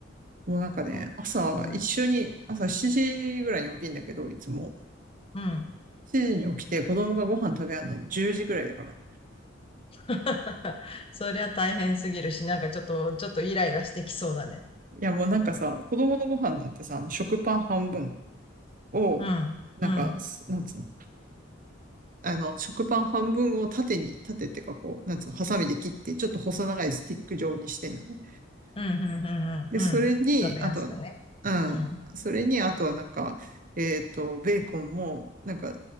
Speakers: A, on the right; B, on the left.
A: もうなんかね、
B: そうね。
A: 朝、一緒に、朝7時ぐらいに起きんだけど、いつも。
B: うん。
A: 7時に起きて子供がご飯食べるの10時ぐらいだから。い
B: <laughs> そりゃ大変すぎるし、なんかちょっと、ちょっとイライラしてきそうだね。
A: やもうなんかさ、子供のご飯なんてさ、あの食パン半分を、
B: うん、
A: なんか、
B: うん、
A: すなんつうのあの、食パン半分を縦に、縦ってかこう、なんつうの、ハサミで切って、ちょっと細長いスティック状にしてんのね。
B: うん、うん、うん、
A: で、
B: うん。
A: それに、
B: うん食べやすくね。
A: あとは、
B: うん、
A: うん、それに、あとはなんか、えっと、ベーコンも、なんか、